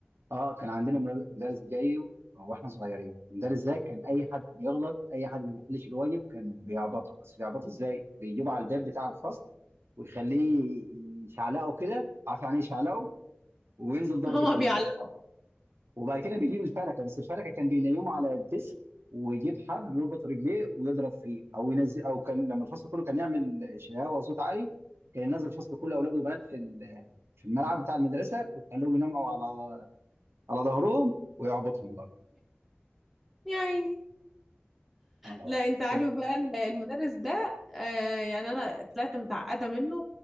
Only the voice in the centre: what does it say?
<laughs> هو
بيعلق
يا عيني
لا انت عارف
بقى ال- المدرس ده آه يعني انا طلعت متعقده منه